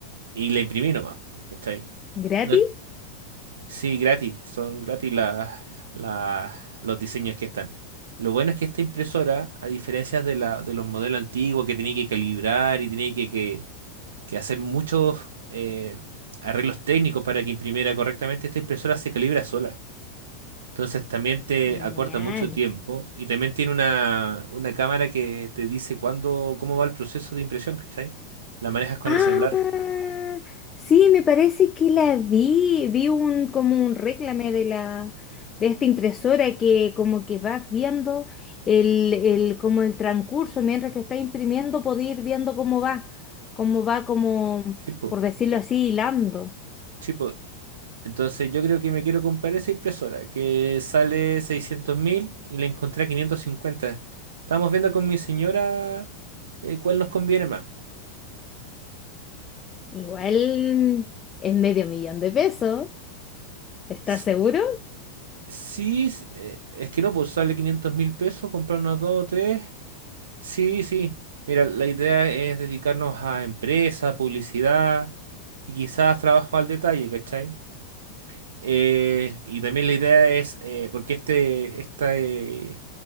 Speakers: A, on the right; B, on the left.
A: y la imprimí nomás, ¿cachai?
B: ¿Gratis?
A: No, Sí, gratis, son gratis las- las- los diseños que están. Lo bueno es que esta impresora, a diferencia de, la, de los modelos antiguos que tenía que calibrar y tenía que, que- que hacer muchos eh, arreglos técnicos para que imprimiera correctamente, esta impresora se calibra sola. Entonces también te
B: Genial.
A: acorta mucho tiempo y también tiene una, una cámara que te dice cuándo, cómo va el proceso de impresión, ¿cachai? La manejas con
B: Ah,
A: el celular.
B: sí, me parece que la vi. Vi un como un réclame de la de esta impresora que como que vas viendo el, el como el transcurso mientras que está imprimiendo, podéis ir viendo cómo va, cómo va como
A: Sí, po,
B: por decirlo así, hilando.
A: sí, po, Entonces yo creo que me quiero comprar esa impresora que sale seiscientos mil y la encontré a 550. Estamos viendo con mi señora eh, cuál nos conviene más.
B: Igual es medio millón de pesos. ¿Estás
A: S-
B: seguro?
A: Sí, s- eh, es que no, pues sale quinientos mil pesos, comprar unas dos o tres. Sí, sí. Mira, la idea es dedicarnos a empresa, publicidad y quizás trabajo al detalle, ¿cachai? Eh, y también la idea es, eh, porque este, esta, eh,